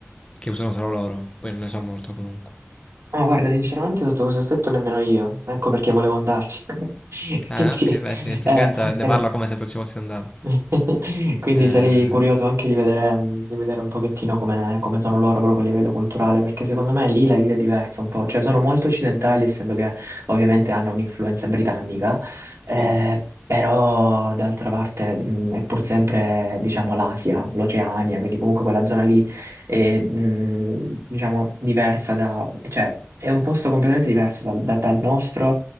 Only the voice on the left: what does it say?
che usano solo loro, poi non ne so molto comunque.
Ah,
ok, beh, sì, effettivamente
ne
parlo come se tu ci fossi andato.
Eh,
sì, sì.